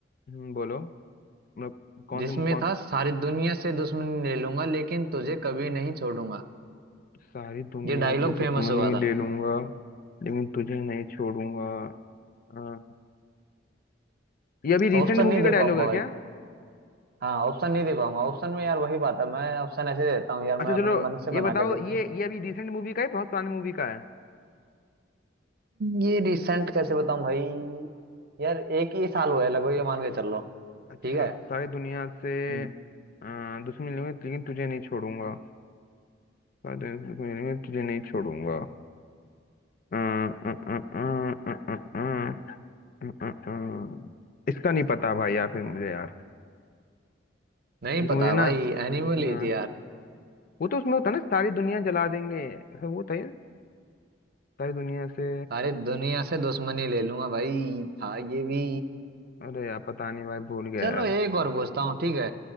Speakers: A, on the left (about 45°); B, on the right (about 55°).
A: हम्म, बोलो मतलब कौन
B: जिसमें
A: से कौन
B: था सारी दुनिया से दुश्मनी ले लूंगा लेकिन तुझे कभी नहीं छोड़ूंगा
A: सारी दुनिया
B: ये डायलॉग
A: से दुश्मनी
B: फेमस हुआ था
A: ले लूंगा लेकिन तुझे नहीं छोड़ूंगा अ, ये अभी रिसेंट
B: ऑप्शन
A: मूवी
B: नहीं
A: का
B: दे
A: डायलॉग
B: पाऊंगा
A: है
B: भाई
A: क्या
B: हाँ ऑप्शन नहीं दे पाऊंगा ऑप्शन में यार वही बात है मैं ऑप्शन ऐसे देता हूँ यार मैं
A: अच्छा चलो
B: अपने मन से
A: ये
B: बना
A: बताओ
B: के देता
A: ये
B: हूँ
A: ये अभी रिसेंट मूवी का है बहुत पुरानी मूवी का है
B: ये रिसेंट कैसे बताऊं भाई यार एक ही साल हुआ है लगभग ये मान के चल लो
A: अच्छा
B: ठीक है
A: सारी दुनिया से
B: हम्म,
A: अ, दुश्मनी लूंगी लेकिन तुझे नहीं छोड़ूंगा सारी दुनिया से दुश्मनी लूंगी तुझे नहीं छोड़ूंगा अ, अ, अ, अ, अ, अ, अ, अ, अ, अ। इसका नहीं पता भाई यहाँ पे मुझे यार
B: नहीं
A: क्योंकि
B: पता
A: मुझे ना
B: भाई एनिमल
A: हाँ
B: ही थी यार
A: वो तो उसमें होता है ना सारी दुनिया जला देंगे ऐसा वो था ये, सारी दुनिया से
B: अरे दुनिया से दुश्मनी ले लूंगा भाई था ये भी
A: अरे यार पता नहीं भाई भूल गया
B: चलो
A: यार
B: एक और पूछता हूँ ठीक है